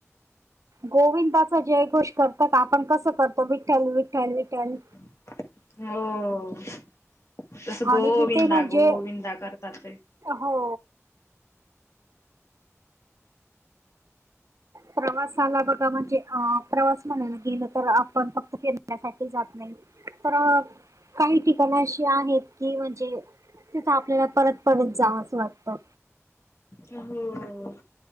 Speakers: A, on the right (about 85°); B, on the left (about 60°).
A: गोविंदाचा जयघोष करतात आपण कसं करतो विठल विठ्ठल विठ्ठल.
B: <inaudible> हो, तस गो
A: आणि तिथे
B: विंदा
A: म्हणजे
B: गो विंदा करतात ते.
A: हो. प्रवासाला बघा म्हणजे अ प्रवास म्हणायला गेलं तर आपण फक्त फिरण्यासाठी जात नाही. तरा काही ठिकाणं अशी आहेत की म्हणजे तिथं आपल्याला परत परत जावं असं वाटतं.
B: हो